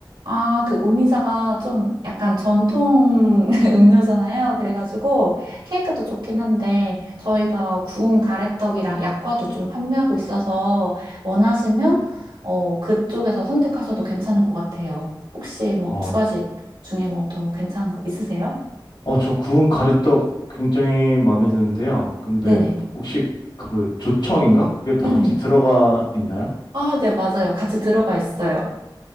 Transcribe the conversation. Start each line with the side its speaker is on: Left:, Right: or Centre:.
Right: 아, 그 오미자가 좀 약간 전통 <laughs> 음료잖아요. 그래가지고 케이크도 좋긴 한데 저희가 구운 가래떡이랑 약과도 좀 판매하고 있어서 원하시면 어, 그쪽에서 선택하셔도 괜찮을 것 같아요. 혹시 뭐
Left: 어,
Right: 두 가지 중에 뭐 더 괜찮은 거 있으세요?
Left: 어, 저 구운 가래떡 굉장히 마음에 드는데요. 근데
Right: 네네.
Left: 혹시 그 조청인가? 그게 다
Right: 네네네.
Left: 같이 들어가 있나요?
Right: 아, 네, 맞아요. 같이 들어가 있어요.